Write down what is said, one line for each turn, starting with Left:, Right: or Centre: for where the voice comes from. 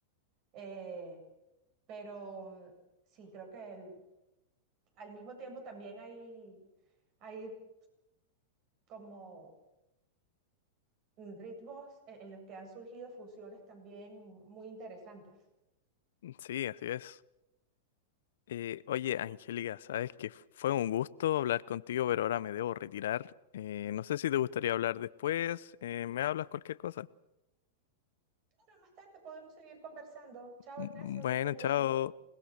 Right: eh, pero sí, creo que el- al mismo tiempo también hay, hay como ritmos en, en los que han surgido fusiones también muy interesantes.
Left: Sí, así es. Eh, oye, Angélica, sabes que f- fue un gusto hablar contigo, pero ahora me debo retirar. Eh, no sé si te gustaría hablar después. eh, me hablas cualquier cosa.
Right: Claro, más tarde podemos seguir conversando. Chao,
Left: M-
Right: Ignacio,
Left: Bueno,
Right: que estés bien.
Left: chao.